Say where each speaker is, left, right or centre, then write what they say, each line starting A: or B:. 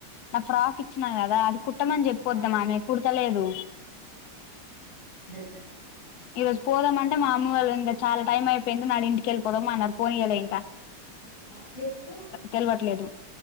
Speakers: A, on the left (about 70°); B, on the left (about 90°).
A: నా ఫ్రాక్ ఇచ్చినా కదా అది కుట్ కుట్టమని చెప్పొద్దాం
B: ఆ
A: అని కుడతలేదు.
B: వ
A: ఈ రోజు పోదాం అంటే మా అమ్మ వాళ్ళు ఇంకా చాలా టైం అయిపోయింది మన ఇంటికెళ్ళిపోదాం అన్నారు పోనినీయల ఇంక
B: ఆ రేపూ
A: తెలవట్లేదు